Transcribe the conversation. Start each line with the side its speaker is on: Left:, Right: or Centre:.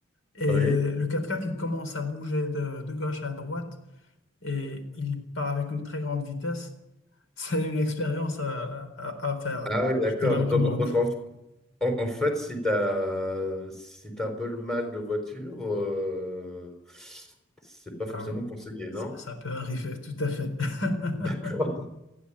Left: Et
Centre: Oui.
Left: le quatre quatre il commence à bouger de, de gauche à droite et il part avec une très grande vitesse. <laughs> C'est une expérience à, à- à faire.
Centre: Ah oui, d'accord.
Left: Je te la recommande.
Centre: Donc, donc en, en- en fait, si tu as, si t'as un peu le mal de voiture, euh, c'est pas
Left: Ah
Centre: forcément
Left: oui,
Centre: conseillé,
Left: ça,
Centre: non?
Left: ça peut arriver, tout à fait. <laughs>
Centre: D'accord.